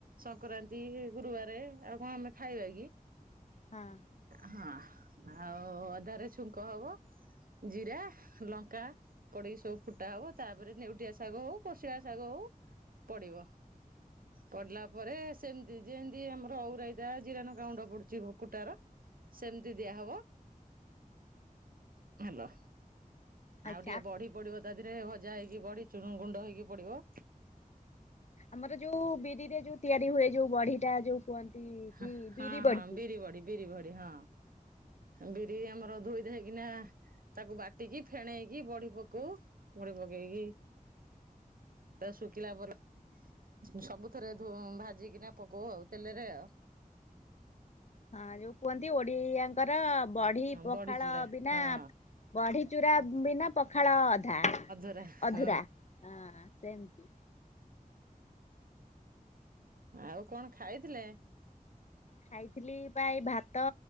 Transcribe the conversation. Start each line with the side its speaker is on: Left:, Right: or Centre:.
Right: ସଂକ୍ରାନ୍ତି ଗୁରୁବାରେ ଆଉ କଣ ଆମେ ଖାଇବା କି?
Left: ହଁ।
Right: ହଁ ଆଉ ଅଦାରେ ଛୁଙ୍କ ହବ ଜିରା, ଲଙ୍କା ପଡିକି ସବୁ ଫୁଟା ହବ ତାପରେ ନେଉଟିଆ ଶାଗ ହଉ କୋଶିଳା ଶାଗ ହଉ ପଡିବ। ପଡିଲା ପରେ ସେମିତି ଯେମିତି ଆମର ଔ ରାଇତା ଜିରା ଲଙ୍କାଉଣ୍ଡ ପଡୁଛି କୁଟାର। ସେମିତି ଦିଆହବ। ହାଲୋ
Left: ଆଚ୍ଛା।
Right: ଆଉ ଟିକେ ବଢି ପଡିବ ତା ଦେହରେ ଭଜା ହେଇକି ବଢି ଚୁନ ଗୁଣ୍ଡ ହେଇକି ପଡିବ।
Left: ଆମର ଯୋଉ ବିରିରେ ଯୋଉ ତିଆରି ହୁଏ ଯୋଉ ବଢିଟା ଯୋଉ କୁହନ୍ତି। କି
Right: ହାଁ ହାଁ
Left: ବିରି ବଢି
Right: ହାଁ ବିରି ବଡି ବିରି ବଡି ହଁ। ବିରି ଆମର ଧୋଇଧାଇକିନା। ତାକୁ ବାଟିକି ଫେଣେଇକି ବଢି ପକଉ। ବଢି ପକେଇକି ତା ଶୁକିଲା ପରେ ସବୁଥରେ ଧୋଁ ଭାଜିକିନା ପକଉ ଆଉ ତେଲରେ ଆଉ।
Left: ହଁ ଯୋଉ କୁହନ୍ତି ଓଡିଆଙ୍କର ବଢି ପଖାଳ
Right: ବଢିଚୁରା
Left: ବିନା
Right: ହଁ
Left: ବଢି ଚୁରା ବିନା ପଖାଳ ଅଧା।
Right: ପୁରା ହଁ।
Left: ଅଧୁରା ହଁ ସେମତି।
Right: ଆଉ କଣ ଖାଇଥିଲେ?
Left: ଖାଇଥିଲି ପ୍ରାୟ ଭାତ